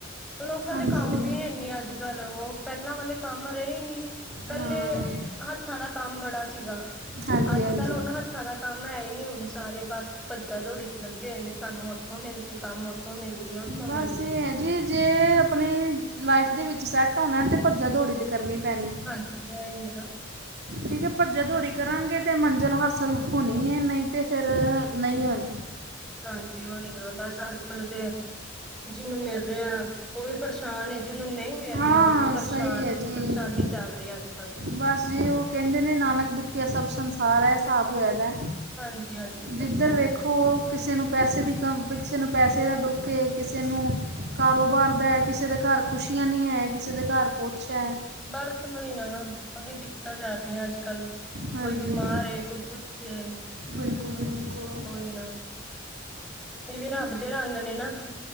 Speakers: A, in the centre; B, on the right (about 55°).
A: ਲੋਕਾਂ
B: ਹਾਂਜੀ
A: ਦੇ ਕੰਮ ਵੀ ਹੇਨੀ ਅੱਜ ਕੱਲ, ਉਹ ਪਹਿਲਾਂ ਵਾਲੇ ਕੰਮ ਰਹੇ ਨਹੀ ਪਹਿਲੇ
B: ਹਾਂ
A: ਹੱਥਾਂ ਦਾ ਕੰਮ ਬੜਾ ਸੀਗਾ।
B: ਹਾਂਜੀ
A: ਅੱਜ
B: ਹਾਂਜੀ
A: ਕੱਲ੍ਹ ਉਹਣ ਹੱਥਾਂ ਦਾ ਕੰਮ ਹੈ ਹੀ ਨੀ ਹੁਣ ਸਾਰੇ ਬਸ ਭੱਜਾ ਦੜੀ ਚ ਲੱਗੇ ਹੋਏ ਨੇ ਸਾਨੂੰ ਇਥੋਂ ਮਿਲ ਜੇ ਕੰਮ ਉਥੋਂ ਮਿਲ ਜੇ। ਉੱਥੋਂ
B: ਬਸ
A: ਮਿਲ ਜੇ
B: ਇਹ ਜ।। ਜੀ, ਜੇ ਆਪਣੀ ਲਾਈਫ ਦੇ ਵਿੱਚ ਸੈੱਟ ਹੋਣਾ ਏ, ਤੇ ਭੱਜਾ ਦੋੜੀ ਤੇ ਕਰਨੀ ਪੈਣੀ
A: ਹਾਂਜੀ, ਆਈ ਏ, ਨਾ।
B: ਠੀਕ ਹੈ, ਭੱਜਾ-ਦੌੜੀ ਕਰਾਂਗੇ ਤਾਂ ਮੰਜ਼ਿਲ ਹਾਸਲ ਹੋਣੀਂ ਏ, ਨਹੀਂ ਤਾਂ ਫਿਰ ਅਅ ਨਹੀਂ ਹੋਣੀਂ।
A: ਹਾਂਜੀ ਓਹ ਹੀ ਨਾ ਬਸ ਅੱਜ ਕੱਲ ਤੇ ਜਿਹਨੂੰ ਮਿਲ ਰਿਹੇ ਆ ਉਹ ਵੀ ਪਰੇਸ਼ਾਨ ਏ, ਜਿਹਨੂੰ ਨਹੀਂ ਮਿਲ
B: ਹਾਂ
A: ਰਿਹਾ ਉਹ ਵੀ ਪਰੇਸ਼ਾਨ
B: ਸਹੀ ਹੈ
A: ਏ,
B: ਜੀ
A: ਪਰੇਸ਼ਾਨੀ ਚੱਲ ਰਹੀ ਹੈ ਅੱਜ ਕੱਲ-ਤੇ।
B: ਬਸ ਜੀ ਉਹ ਕਹਿੰਦੇ ਨੇ, ਨਾਨਕ ਦੁਖੀਆ ਸਭ ਸੰਸਾਰ, ਐ ਹਿਸਾਬ ਹੋਇਆ ਦਾ।
A: ਹਾਂਜੀ ਹਾਂਜੀ
B: ਜਿੱਧਰ
A: ਇਹ ਤੇ ਹੈਗੇ।
B: ਵੇਖੋ, ਕਿਸੇ ਨੂੰ ਪੈਸੇ ਦੀ ਕਮ ਕਿਸੇ ਨੂੰ ਪੈਸੇ ਦਾ ਦੁਖ ਏ, ਕਿਸੇ ਨੂੰ ਕਾਰੋ ਵੱਰਦੈ ਕਿਸੇ ਦੇ ਘਰ ਖੁਸ਼ੀਆਂ ਨਹੀ ਹੈ, ਕਿਸੇ ਦੇ ਘਰ ਕੂਛ ਹੈ।
A: ਬਸ ਓਹੀ ਨਾ, ਔਹੀ ਦਿੱਕਤਾਂ ਚਲ ਰਹੀਆਂ ਅਜ-ਕਲ।
B: ਹਾਂਜੀ
A: ਕੋਈ ਬਿਮਾਰ ਏ, ਕੋਈ ਕੁਛ ਏ।
B: ਬਿਲਕੁਲ
A: ਬ ਓ,
B: ਜੀ ਬਿਲਕੁਲ
A: ਓਈ ਨਾ, ਇਹ ਵੀ ਰੱਬ
B: ਕੀ
A: ਦੇ ਰੰਗ ਨੇ ਨਾ।